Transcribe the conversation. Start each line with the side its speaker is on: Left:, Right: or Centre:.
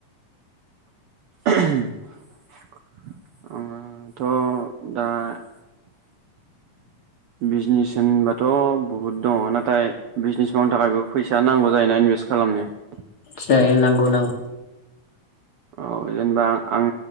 Right: <inaudible> आङो थ' दा। बिजिनेस होनबाथ' बहुद दङ नाथाय बिजिनेस मावनो थाखायबो फैसा नांगौ जायोना इनभेस्ट खालामनो ।
Left: जायो नांगौ नां
Right: औ जेनेबा आं